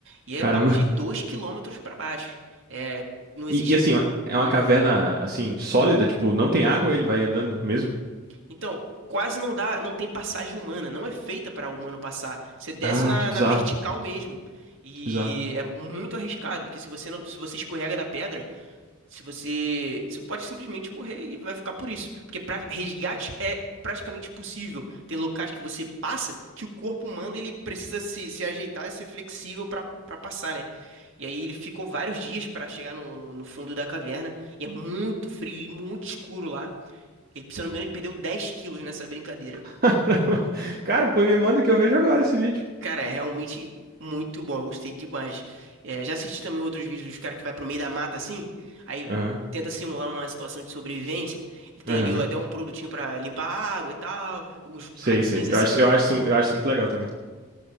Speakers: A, on the right (about 60°); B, on the right (about 45°).
A: E é
B: Caramba.
A: papo de dois quilômetros para baixo. É, não
B: E,
A: existe
B: e, assim, é uma
A: Hum.
B: caverna, assim, sólida, tipo, não tem água, ele vai andando mesmo?
A: Então, quase não dá, não tem passagem humana, não é feita para humano passar. Você desce
B: Ah,
A: na,
B: que bizarro.
A: na vertical mesmo. E
B: Que bizarro.
A: é muito arriscado, porque se você não, se você escorrega da pedra, se você, você pode simplesmente morrer e vai ficar por isso. Porque pra, resgate é praticamente impossível. Tem locais que você passa que o corpo humano ele precisa se, se ajeitar e ser flexível para para passar, né? E aí ele ficou vários dias para chegar no, no no fundo da caverna. E é muito frio e muito escuro lá. Ele, se eu não me engano, ele perdeu 10 quilos nessa brincadeira.
B: <laughs> Cara, pô, me manda que eu vejo agora esse vídeo.
A: Cara, é realmente muito bom. Eu gostei demais. É, já assisti também outros vídeos dos caras que vai pro meio da mata assim. Aí
B: Aham,
A: tenta simular uma situação de sobrevivência. Ele tem
B: aham.
A: ali ó, até um produtinho pra limpar a água e tal. Alguns
B: Sei,
A: hackzinhos
B: sei. Eu
A: assim.
B: acho, eu acho, isso- eu acho isso muito legal também.